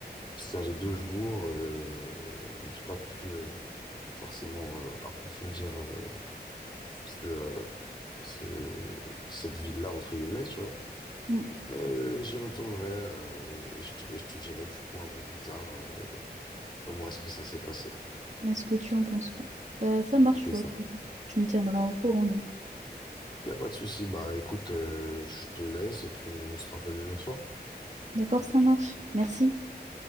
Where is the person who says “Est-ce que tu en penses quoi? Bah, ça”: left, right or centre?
Right